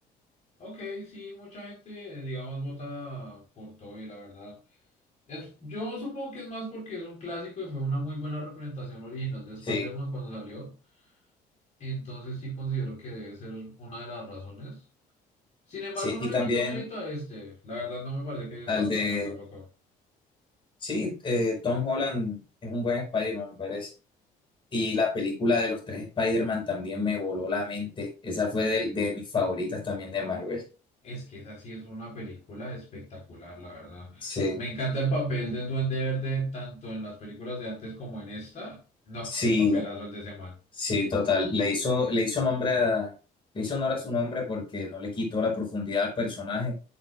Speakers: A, on the left; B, on the left.
A: Ok, sí, mucha gente, eh, digamos, vota por Toby, la verdad. Es, yo supongo que es más porque es un clásico y fue una muy buena representación original de Spider-Man
B: Sí,
A: cuando salió. Entonces sí considero que debe ser una de las razones. Sin embargo,
B: sí,
A: no
B: y
A: le
B: también
A: quito mérito a este. La verdad no me parece que haya
B: al
A: estado
B: de,
A: tan mal tampoco.
B: sí, eh, Tom Holland es un buen Spider-Man, me parece. Y la película de los tres Spider-Man también me voló la mente. Esa fue de, de mis favoritas también de Marvel.
A: Es que esa sí es una película espectacular, la verdad.
B: Sí,
A: Me encanta el papel del Duende Verde, tanto en las películas de antes como en esta. No,
B: sí.
A: qué papelazo el de ese man.
B: Sí, total. Le hizo, le hizo nombre a- le hizo honor a su nombre porque no le quitó la profundidad al personaje,